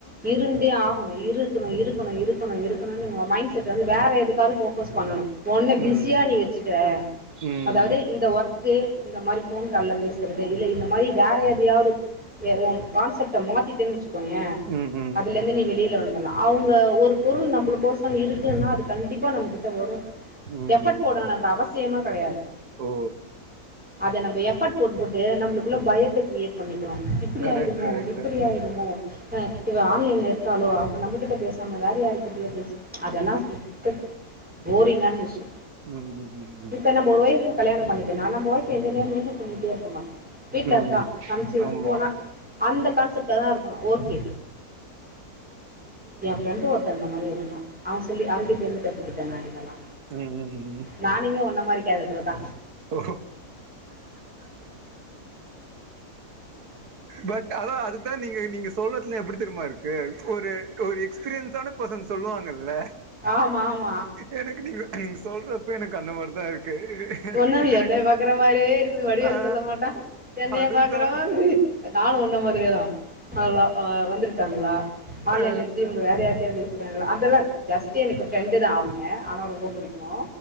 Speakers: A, in the centre; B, on the right.
A: இருந்தே ஆகணு இருக்கணு இருக்கணு இருக்கணு இருக்கணுன்னு உங்க மைண் செட் வந்து வேற எதுக்காது போக்கஸ் பண்ணணு ஒன்ன
B: ம்
A: பிஸியா நீ வெச்சுக்கிற
B: ம் ம்
A: அதாவ்து இந்த ஒர்க்கு இந்த மாரி ஃபோன் கால்ல பேசுறது இல்ல இந்த மாரி வேற எதுலியாவ்து ஏ உ கான்சப்ட்ட மாத்திட்டேன் வெச்சுக்கோயே
B: ம் ம்
A: தலந்து நீ வெளியில வந்தல்லா அவுங்க ஒரு பொருள் நம்பளுக்கோசோ இருக்குன்னா அது கண்டிப்பா நம்ம கிட்ட வரு
B: ம்
A: எஃபட்
B: ம்
A: போடுனங்கன்ற அவசியமா கெடையாது
B: ஓ
A: அத நம்ப எஃபட் போட்டு போட்டு நம்ப்ளுக்குள்ள பயத்த க்ரியேட் பண்ணிக்கிறோ இப்பிடி
B: கரெக்ட்
A: ஆயிடுமோ
B: கரெக்ட்
A: இப்படி ஆயி டுமோ அ இவ ஆன்லைன்ல இருக்காலோ அப்ப நம்பகிட்ட பேசாம வேற யாருக்கிட்டயோ பேச அதெல்லா சுத்த போரிங்கான விஷ்யு
B: ம் ம் ம் ம்
A: இப்ப நம்ப ஒய்ஃபு கல்யாணம் பண்ணிட்டேனா நம்ப ஒய்ஃபு எந்த நேரம் மெய்ன்டென் பண்ணிட்டே இருக்க மாட்டோ வீட்ல
B: ம்
A: இருக்கா சம்ச்சு
B: ஆமா
A: போனா அந்த கான்செப்ட்லதா இருக்கணு ஓகே
B: ஓ
A: எ ஃப்ரெண்டு ஒருத்த இந்த மாரி இருந்தா அவ சொல்லி அவங்கிட்ட இருந்து கத்துக்கிட்ட நா இதெல்லா
B: அ ம் ம் ம் ம்
A: நானுமே உன்ன மாரி கேரக்டர்தா
B: ஓ பட் அதா அதுதா நீங்க நீங்க சொல்லத்லா எப்படி தெரிம்மா இருக்கு ஒரு ஒரு எக்ஸ்பீரியன்ஸான பேசன் சொல்லுவாங்கல்ல
A: ஆமா ஆமா
B: எனக்கு நீங்க நீங்க சொல்றப்ப எனக்கு அந்த மார்தா இருக்கு
A: ன்ன
B: கரெக்ட்
A: என்னெய பாக்குற மாரியே இருக்குது வடிவேலு
B: ஆ
A: சொல்ல மாட்டா என்னையே
B: அதுதா
A: பாக்குற மாதிரி நானு உன்ன மாதிரியேதா அதெல்லா அ வந்திருக்காங்ளா ஆன்லைன்ல
B: ஆ
A: இருக்கு இவங்க வேற யார்ட்டயாத் பேசுறாங்களா அதெல்லா ஜஸ்ட்டு எனக்கு ஃப்ரெண்டுதா அவுங்க ஆனா ரொம்போ பு டிக்கு